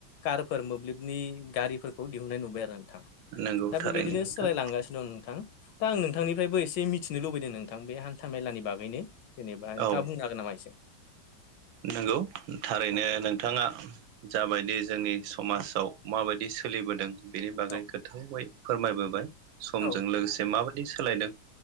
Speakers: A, on the left; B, on the right.
A: कारफोर मोबलिबनि गारिफोरखौ दिहुननाय नुबाय आरो नोंथां।
B: नंगौ
A: दा
B: थारैनो
A: बेबायदिनो
B: नोंथां
A: सोलायलांगासिनो दं नोंथां। दा आं नोंथांनिफ्रायबो एसे मिथिनो लुबैदों नोंथां। बे हान्था मेलानि बागैनो। जेनेबा नोंथाङा
B: औ
A: बुंनो हागोन नामा इसे?
B: नंगौ थारैनो
A: औ
B: नोंथाङा जाबायदि जोंनि समाजाव माबायदि सोलि बोदों। बेनि बागै
A: औ
B: गोथौयै फोरमायबोबाय समजों
A: औ
B: लोगोसे माबाय दि सोलायदों